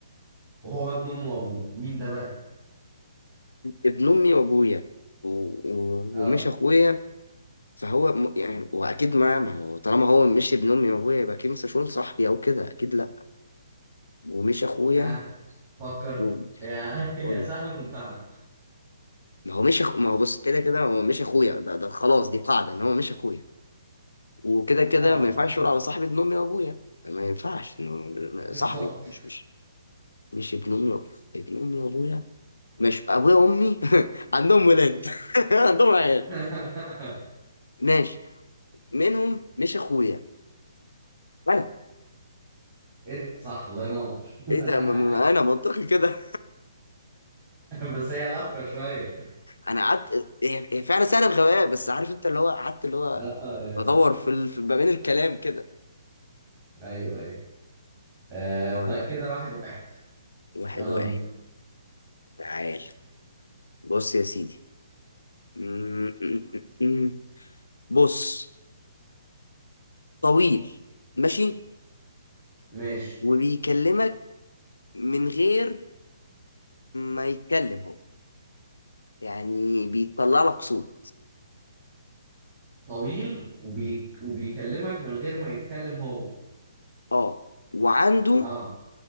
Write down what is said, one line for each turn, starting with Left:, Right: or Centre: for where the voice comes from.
Right: وهو ابن امه وابوه مين ده بقى
Left: ابن امي وابويا و... و...
Right: اه
Left: ومش اخويا فهو م... يعني واكيد ما ما هو طالما هو مش ابن امي وابويا يبقى اكيد مش هيكون صاحبي او كده اكيد لا ومش اخويا
Right: ها فكر
Left: و...
Right: يا
Left: بقول
Right: <laughs> يا سهل
Left: لك
Right: ممتنع
Left: ما هو مش أخو... ما هو بص كده كده هو مش اخويا ده, ده خلاص دي قاعده ان هو مش اخويا وكده كده
Right: اه
Left: ما ينفعش
Right: اخوك
Left: يقول على صاحبي ابن امي وابويا ما ينفعش إنه
Right: بالظبط
Left: صاحبي مش مش مش ابن امي وأبويا. ابن امي وابويا مش ابويا وامي <laughs> عندهم ولاد <laughs> عندهم عيال
Right: <laughs>
Left: ماشي منهم مش اخويا انا
Right: انت صح الله ينور
Left: ايه ده ما-
Right: <laughs>
Left: ما- انا منطقي كده
Right: بس هي لفة شوية
Left: انا قعدت هي هي فعلا سهله بغباء بس عارف انت اللي هو قعدت اللي هو
Right: اه يعني
Left: بدور في ال... في ما بين الكلام كده
Right: ايوه ايوه آه
Left: طيب
Right: طيب كده واحد واحد
Left: واحد
Right: يلا
Left: واحد
Right: بينا
Left: تعال بص يا سيدي م- م- م- م. بص طويل ماشي
Right: ماشي
Left: وبيكلمك من غير ما يتكلم هو يعني بيطلع لك صوت
Right: طويل وبيك وبيكلمك من غير ما يتكلم هو
Left: اه وعنده
Right: اه